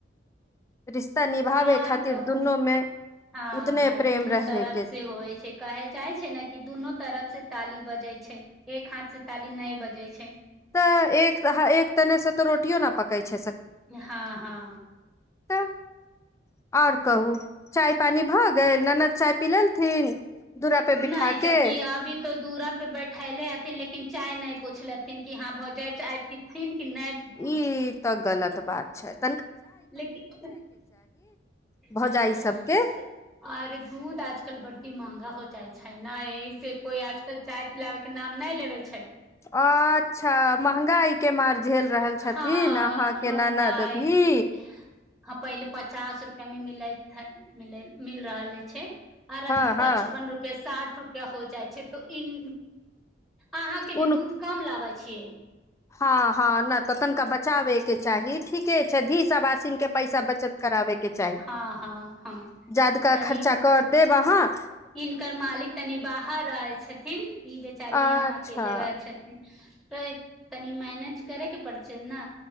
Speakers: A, on the left; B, in the centre.
A: रिश्ता निभावे
B: आर
A: खातिर
B: कहू
A: दुनूमे
B: हँ
A: उतने।
B: भाय
A: <unintelligible>
B: दुनू तरफ
A: के
B: से होइ छै कहे जाइ छै ने कि दुनू। तरफ से। <unintelligible> ताली बजे छै एक हाथ से ताली न बजे छै। छै। <unintelligible>
A: तऽ एक- एक तने- से तऽ रोटियो न पकै छै।
B: हँ हँ
A: तब -आओर कहू। चाय पान भ गेल ननद। चाय पी लेलथिन दूरा पे
B: -नहि
A: बिठा
B: स
A: के
B: किी अभी तो दूरा पे बैठे ले आथि लेकिन। चाय नहि पूछलेथिन कि हा भऽ जाय चाय पीथिन। कि
A: ई। <unintelligible>
B: नहि पीथिन
A: तऽ गलत बात छथि।
B: लेकिन - <unintelligible>
A: भौजाइ सबके
B: अरे दूध आजकल बड्डी महगा हो जाइ छै। नहि एहि से को इआजकल चाय पिलाबे के नाम नहि लेबे छै।
A: अच्छा महगाई के मार झेल रहल
B: हँ
A: छथिन अहाँके
B: महंगाई
A: ननद भी
B: से हँ पहिले पचास रुपआ मे मिल मिल रहले छै। आर
A: हँ
B: अभी
A: हँ
B: पचपन रुपआ साठ रुपआ हो जाइ छै तऽ इन अहााँ के
A: उन
B: भी दूध कम लाबै छ छियै। <unintelligible>
A: हँ -हँ नहि। तऽ तनिका बचाबे
B: हँ
A: के चाही ठीके छै धीस आबसीनक के पैसा। करे के चाही
B: हँ हँ हँ
A: जाादका
B: तनी
A: खर्चा कर देब वाहाँ
B: हिनकर मालिक तनि बाहर रह छथिन ई बेचारी
A: अच्छा
B: यहााँ अकेले रहै छथिन। त तनी मैनेज करैके पड़ छै ने।